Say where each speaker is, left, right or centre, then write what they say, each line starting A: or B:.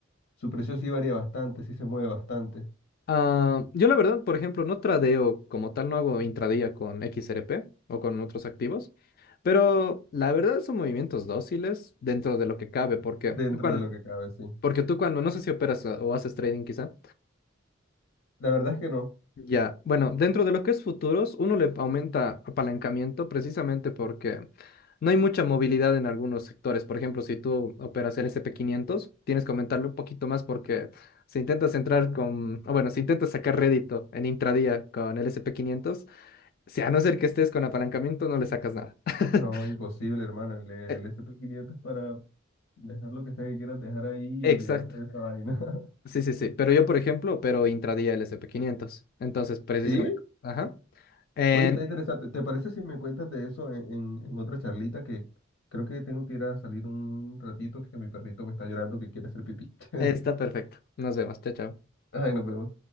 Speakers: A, on the left; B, on the left.
A: su precio sí varía bastante, sí se mueve bastante
B: Ah, yo la verdad, por ejemplo, no tradeo como tal, no hago intradía con XRP o con otros activos, pero la verdad son movimientos dóciles dentro de lo que cabe, porque
A: dentro
B: tú
A: de lo que cabe, sí.
B: Porque tú cuando, no sé si operas ah, o haces trading quizá,
A: La verdad es que no,
B: ya, bueno, dentro de lo que es futuros, uno le aumenta apalancamiento precisamente porque no hay mucha movilidad en algunos sectores. Por ejemplo, si tú operas el S and P quinientos tienes que aumentarle un poquito más porque si intentas entrar con, o bueno, si intentas sacar rédito en intradía con el S and P quinientos si a no ser que estés con apalancamiento, no le sacas nada. <laughs>
A: no, imposible, hermano. El, el
B: Eh,
A: SP500 es para dejar lo que sea que quieras dejar ahí y
B: Exacto.
A: olvidarte de esta vaina. <laughs>
B: Sí, sí, sí. Pero yo, por ejemplo, opero intradía el S and P quinientos Entonces, precisamente,
A: ¿Sí?
B: ajá. Eh,
A: Oye, está interesante. ¿Te parece si me cuentas de eso en, en- en otra charlita que creo que tengo que ir a salir un ratito que mi perrito me está llorando que quiere hacer pipí? <laughs>
B: Está perfecto. Nos vemos. Chao, chao.
A: Ay, nos vemos.